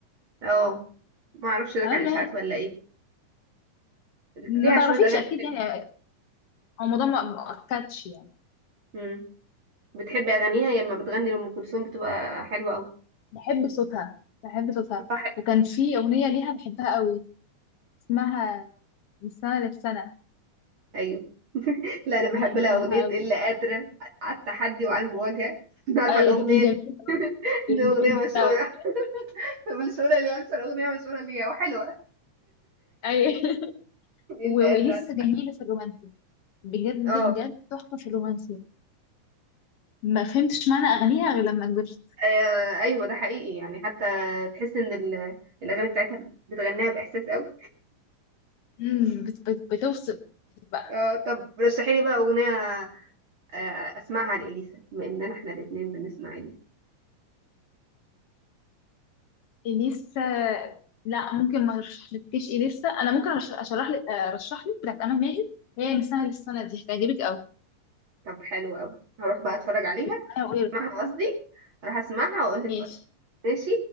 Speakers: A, on the right (about 40°); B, on the left (about 55°).
A: اه ما اعرفش ده
B: امال
A: كان اشاعات
B: ماهر
A: ولا ايه
B: ما
A: ليها
B: تعرفيش
A: شويه اغاني
B: اكيد
A: حلوين.
B: يعني هو الموضوع ما ما اكدش يعني
A: امم بتحبي اغانيها هي لما بتغني لام كلثوم بتبقى حلوه قوي
B: بحب صوتها بحب صوتها
A: صح
B: وكان في اغنيه ليها بحبها قوي اسمها من سنه للسنه
A: ايوه <laughs> لا انا بحب
B: دي بحبها
A: لها اغنيه الا
B: قوي
A: قادره على التحدي وعلى المواجهه <laughs> عارفه
B: ايوه
A: الاغنيه
B: دي جميله
A: دي
B: الاندماج
A: دي اغنيه مشهوره
B: بتاعه
A: <laughs> مشهوره ليها اكثر اغنيه مشهوره ليها وحلوه
B: ايوه <laughs>
A: <laughs>
B: و-
A: الا
B: واليسا
A: قادره
B: جميله في الرومانسي بجد
A: اه
B: بجد تحفة في الرومانسي ما فهمتش معنى أغانيها غير لما كبرت
A: آه، ايوه ده حقيقي يعني حتى تحس ان ال- الاغاني بتاعتها بتغنيها باحساس قوي
B: مم، بت- بت- بتوصف بقى
A: اه طب رشحي لي بقى اغنيه آه، اسمعها لاليسا بما اننا احنا الاثنين بنسمع اليسا
B: إليسا لا ممكن ما ارشحلكيش إليسا أنا ممكن أرش- أشرح لك أرشح لك بتاعت أمل ماهر هي مثال السنة دي هتعجبك أوي
A: طب حلو قوي هروح بقى اتفرج عليها
B: اسمعيها وقولي رأيك.
A: اسمعها قصدي راح اسمعها واقول لك
B: ماشي
A: رايي ماشي